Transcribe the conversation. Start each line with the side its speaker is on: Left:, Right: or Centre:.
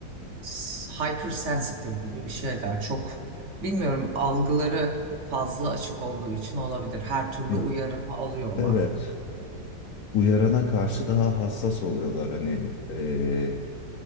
Right: s- hypersensitive gibi bir şeyler. Çok bilmiyorum algıları fazla açık olduğu için olabilir. Her türlü
Left: Evet.
Right: uyarımı alıyorlar.
Left: Evet, uyarana karşı daha hassas oluyorlar hani e,